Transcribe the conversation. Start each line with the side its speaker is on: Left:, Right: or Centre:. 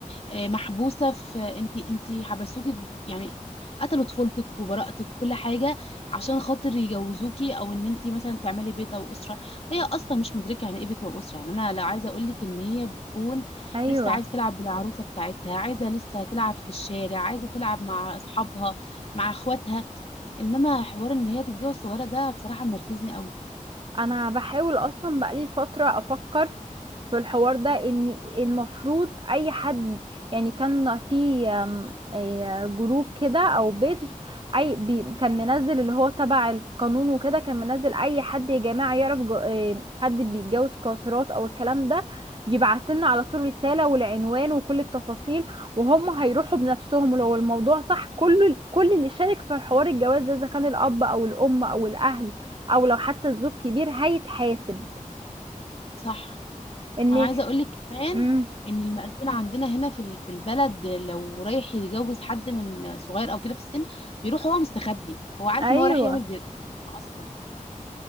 Left: آه، محبوسة في انت انت حبسوكي في- يعني قتلوا طفولتك وبراءتك وكل حاجة عشان خاطر يجوزوكي او ان انت مثلا تعملي بيت او اسرة وهي اصلا مش مدركة يعني ايه بيت واسرة يعني انا لا عايزة اقول لك ان هي بتكون
Right: ايوه
Left: لسه عايزة تلعب بالعروسة بتاعتها عايزة لسه تلعب في الشارع عايزة تلعب مع اصحابها مع اخواتها انما حوار ان هي تتجوز صغيرة ده بصراحة منرفزني قوي
Right: انا بحاول اصلا بقالي فترة افكر في الحوار ده ان المفروض اي حد يعني كان في أم، إيه، جروب كده او بيج اي بي كان منزل اللي هو تبع القانون وكده كان منزل اي حد يا جماعة يعرف جو- إيه، حد بيتجوز قاصرات او الكلام ده يبعتلنا على طول رسالة والعنوان وكل التفاصيل وهم هيروحوا بنفسهم لو الموضوع صح كل كل اللي شارك في حوار الجواز ده اذا كان الاب او الام او الاهل او لو حتى الزوج كبير هيتحاسب
Left: صح
Right: ان
Left: انا عايزه اقول لك كمان
Right: امم
Left: ان المأذون عندنا هنا في ال- في البلد لو رايح يتجوز حد من صغير او كده في السن بيروح هو مستخبي هو عارف
Right: ايوه
Left: ان هو رايح يعمل جر- جريمه اصلا